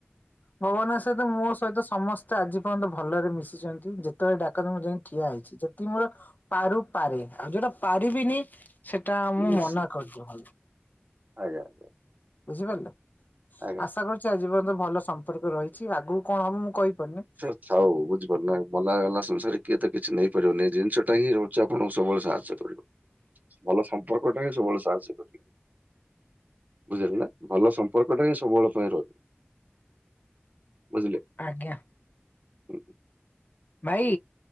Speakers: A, on the left; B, on the right.
A: ଭଗବାନ ଙ୍କ ଆଶ୍ରୀବାଦ ମୋ ସହିତ ସମସ୍ତେ ଆଜି ପର୍ଯ୍ୟନ୍ତ ଭଲରେ ମିଶିଛନ୍ତି ଯେତେବେଳେ ଡା କାରଣ ମୁଁ ଯାଇ ଠିଆ ହେଇଛି, ଯେତିକି ମୋର ପାରୁ ପାରେ ଆଉ ଯୋଉଟା ପାରିବିନି ସେଟା
B: ଆଜ୍ଞା
A: ଆ ମୁଁ
B: ନିଶ୍ଚୟ
A: ମନା କରିଦିଏ ଭାଇ
B: ଆଜ୍ଞା ଆଜ୍ଞା।
A: ବୁଝିପାରିଲେ,
B: ଆଜ୍ଞା
A: ଆଶା କରୁଛି ଆଜିପର୍ଯ୍ୟନ୍ତ ଭଲ ସମ୍ପର୍କ ରହି ଛି ଆଗକୁ କଣ ହବ ମୁଁ କହିପାରୁନି।
B: ହଉ ବୁଝିପାରୁ ନା ମଲା ଗଲା ସଂସାରେ କିଏ ତ କିଛି ନେଇପାରିବନି ଏ ଜିନିଷଟା ହିଁ ହଉଛି ଆପଣଙ୍କୁ ସବୁବେଳେ ସାହାଯ୍ୟ ଭଲ ସମ୍ପର୍କ ଟା ହିଁ ସବୁବେଳେ ସାହସି କରିଦିଏ। ବୁଝିଲେ ନା ଭଲ ସମ୍ପର୍କଟା ହିଁ ସବୁବେଳ ପାଇଁ ରହିବ। ବୁଝିଲେ।
A: ଆଜ୍ଞା।
B: ଉଁ
A: ଭାଇ